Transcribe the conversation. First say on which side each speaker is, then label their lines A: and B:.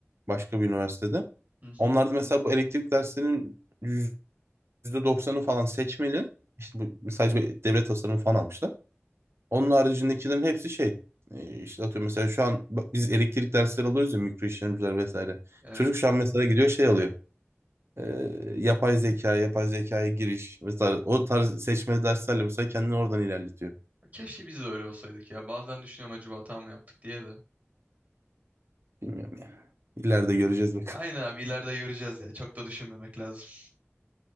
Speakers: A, on the right; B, on the right.
A: Başka bir üniversitede.
B: Hı hı.
A: Onlar mesela bu elektrik derslerinin yüzde doksanı falan seçmeli. İşte bu sadece bir devre tasarımı falan almışlar. Onun haricindekilerin hepsi şey. e, işte atıyorum mesela şu an bak biz elektrik dersleri alıyoruz ya mikro işlemciler vesaire.
B: Evet.
A: Çocuk şu an mesela gidiyor şey alıyor. E, yapay zeka, yapay zekaya giriş mesela o tarz seçmeli derslerle mesela kendini oradan ilerletiyor.
B: Keşke biz de öyle olsaydık ya. Bazen düşünüyorum acaba hata mı yaptık diye de.
A: Bilmiyorum ya. İleride göreceğiz bakalım.
B: Aynen
A: <laughs>
B: abi ileride göreceğiz ya. Çok da düşünmemek lazım.